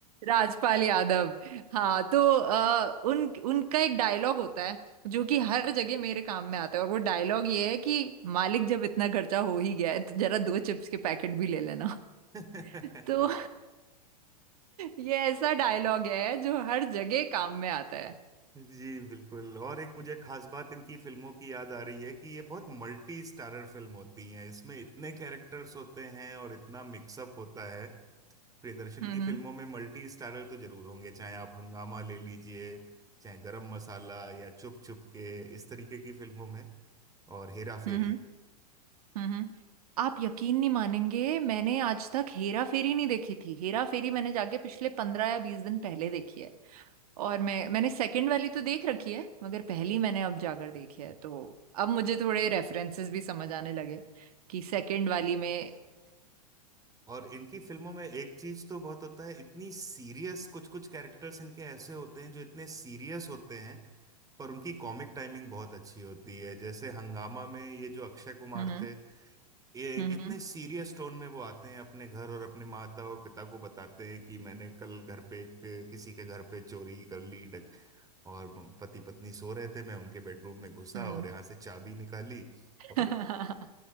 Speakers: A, on the right; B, on the right.
A: राजपाल यादव हाँ तो अ, उन उनका एक डायलॉग होता है जो कि हर जगह मेरे काम में आता है और वो डायलॉग ये है कि मालिक जब इतना खर्चा हो ही गया है तो जरा दो चिप्स के पैकेट भी ले लेना
B: <laughs>
A: <laughs> तो ये ऐसा डायलॉग है जो हर जगह काम में आता है
B: जी बिल्कुल और एक मुझे खास बात इनकी फिल्मों की याद आ रही है कि ये बहुत मल्टी स्टारर फिल्म होती हैं इसमें इतने कैरेक्टर्स होते हैं और इतना मिक्सअप होता है प्रियदर्शन
A: हम्म
B: की फिल्मों में मल्टी स्टारर तो जरूर होंगे चाहे आप हंगामा ले लीजिए चाहे गरम मसाला या चुप चुप के इस तरीके की फिल्मों में और हेरा फेरी
A: हम्म हम्म आप यकीन नहीं मानेंगे मैंने आज तक हेरा फेरी नहीं देखी थी हेरा फेरी मैंने जाके पिछले पंद्रह या बीस दिन पहले देखी है और मैं मैंने सेकंड वाली तो देख रखी है मगर पहली मैंने अब जाकर देखी है तो अब मुझे थोड़े रेफरेंसेस भी समझ आने लगे कि सेकंड वाली में
B: और इनकी फिल्मों में एक चीज तो बहुत होता है इतनी सीरियस कुछ कुछ कैरेक्टर्स इनके ऐसे होते हैं जो इतने सीरियस होते हैं पर उनकी कॉमिक टाइमिंग बहुत अच्छी होती है जैसे हंगामा में ये जो अक्षय कुमार
A: हम्म
B: थे ये
A: हम्म
B: इतने सीरियस टोन में वो आते हैं अपने घर और अपने माता और पिता को बताते हैं कि मैंने कल घर पे एक किसी के घर पे चोरी कर ली डक और पति पत्नी सो रहे थे मैं उनके बेडरूम में घुसा
A: हम्म
B: और यहाँ से चाबी निकाली
A: <laughs>
B: और
A: हम्म।
B: <laughs>